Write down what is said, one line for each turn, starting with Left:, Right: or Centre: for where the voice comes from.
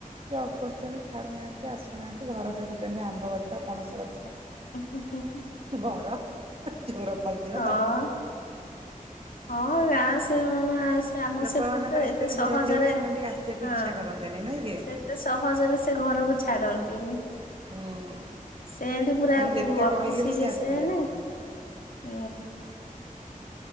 Right: ଜବ କରୁଛନ୍ତି ଛାଡ଼ୁ ନାହାନ୍ତି ଆସ ନାହାନ୍ତି ଘର ଜଗିଛନ୍ତି। ଆମ୍ବ ଗଛ ପଣସ ଗଛ
Left: <unintelligible>
Right: ଘର ଚୋର ପସିଯିବ
Left: ହଁ
Right: ତ।
Left: ହଁ ନାଁ ସେଇଭଳିଆ। ନା ସେ ଆମ
Right: ଲୋକମାନଙ୍କର
Left: ସେପଟରେ
Right: ଆକ୍ଚୁଆଲି
Left: ଏତେ ସହଜରେ
Right: ବୁଢ଼ା ବୁଢ଼ୀ ହେଲେ ସେମାନେ ଟିକେ ଆସିବାକୁ
Left: ହଁ
Right: ଇଚ୍ଛା କରନ୍ତିନି ନୁହେଁ କି?
Left: ସେ ଏତେ ସହଜରେ ସେ ଘରକୁ ଛାଡନ୍ତିନି।
Right: ହୁଁ
Left: ସେମିତି ପୁରା
Right: ତାଙ୍କୁ
Left: ବୁ
Right: ଯେତେ
Left: ଅତି
Right: କହିଲେ
Left: ଶିରିଏସ୍
Right: ବି ସେ ଆସିବେନି।
Left: ହେନେ ହୁଁ।